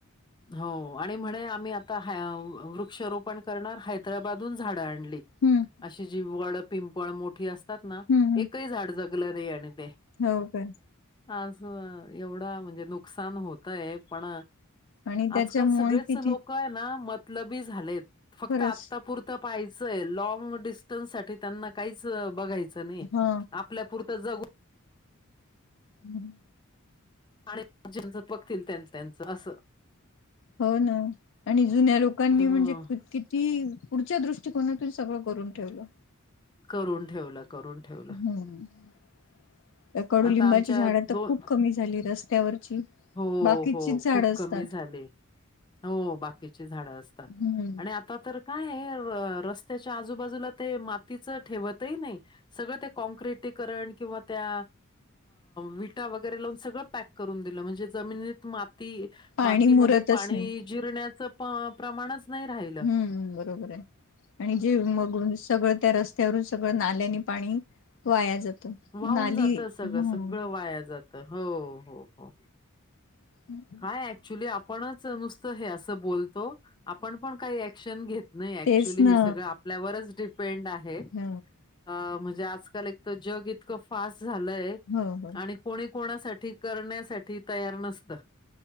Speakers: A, on the left (about 20°); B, on the left (about 60°).
A: हो. आणि म्हणे आम्ही आता वृक्षारोपण करणार हैदराबाद हून झाडं आणली
B: हम्म.
A: अशी जि वड पिंपळ मोठी असतात ना,
B: हम्म
A: एकही झाड जगलं नाही आणि ते
B: हो काय.
A: आज एवढं म्हणजे नुकसान होतय पण
B: आणि त्याच्यामुळे
A: आजकाल सगळेच
B: किती
A: लोक आहे ना मतलबी झालेत फक्त
B: खरंच
A: आतापुर त पाहायचंय लॉंग डिस्टन्ससाठी त्यांना काहीच बघायचं नाही
B: हा
A: आपल्या पुरत जगु
B: हम्म.
A: आणि ज्याचं बघतील त्यांचं अस.
B: हो ना आणि जुन्या लोकांनी
A: हं.
B: म्हणजे किती पुढच्या दृष्टी कोनातुन सगळं करून ठेवलं.
A: करून ठेवलं करून ठेवलं.
B: हम्म कडुलिंबाची
A: आता आमच्या
B: झाडं तर
A: दो
B: खूप कमी झाली रस्त्यावरची,
A: हो
B: बाकीचीच
A: हो
B: झाडं
A: खूप
B: असतात.
A: कमी झाले हो बाकीची झाड असतात
B: हम्म.
A: आणि आ ता तर काय रस्त्याच्या आजूबाजूला ते मातीच ठेवतही नाही. सगळं ते कॉँक्रिटीकरण किंवा त्या विटा वगैरे लावून सगळं पॅक करून दिलं, म्हणजे जे जमिनीत माती
B: पाणी
A: मातीमध्ये
B: मुरतच
A: पाणी
B: नाही.
A: जिरण्याच प्रमाणच नाही राहिलं.
B: हम्म बरोबर आहे आणि जे मग सगळं त्या रस त्यावरून सगळं नाल्यानी पाणी वाया जातं.
A: वाहून
B: नाली
A: जात सगळं
B: ह
A: सगळं वाया जात हो हो हो.
B: <inaudible>
A: काय ॲक्च्युली आपणच नुसतं हे असं बोलत. सो आपण पण काही ऍक्शन घेत नाही. ॲक्च्युली
B: तेच
A: हे
B: ना
A: सगळं आपल्यावरच डिपेंड आहे.
B: ह
A: अ म्हणजे आजकाल एक तर जग इतकं फास्ट झालंय
B: हो हो
A: आणि कोणी कोणासाठी करण्यासाठी तयार नसत